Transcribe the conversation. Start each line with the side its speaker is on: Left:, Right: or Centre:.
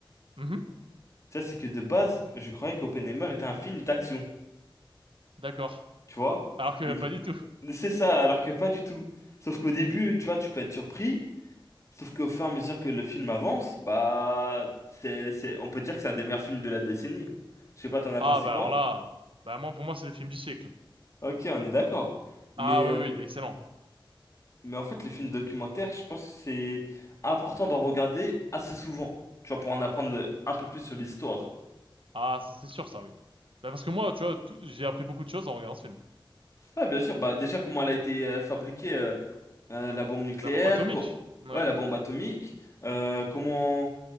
Right: Mhm,
Left: Tu sais, c'est que de base, je croyais qu'Oppenheimer était un film d'action,
Right: d'accord.
Left: tu vois?
Right: Alors que
Left: Et du-
Right: pas du tout.
Left: c'est ça, alors que pas du tout. Sauf qu'au début, tu vois, tu peux être surpris. Sauf qu'au fur et à mesure que le film avance, bah, c'est, c'est, on peut dire que c'est un des meilleurs films de la décennie. Je sais pas, t'en as pensé
Right: Ah, bah
Left: quoi?
Right: alors là, bah moi, pour moi, c'est le film du siècle.
Left: Ok, on est d'accord. Mais,
Right: Ah oui,
Left: euh,
Right: oui, il est excellent.
Left: mais en fait, les films documentaires, je pense que c'est important d'en regarder assez souvent. Tu vois, pour en apprendre un peu plus sur l'histoire.
Right: Ah, c'est sûr ça, oui. Bah parce que moi, tu vois, tout- j'ai appris beaucoup de choses en regardant ce film.
Left: Ouais, bien sûr. Bah, déjà, comment elle a été euh, fabriquée, euh, euh, la bombe nucléaire,
Right: La bombe atomique.
Left: co-
Right: Ouais.
Left: ouais, la bombe atomique, euh, comment,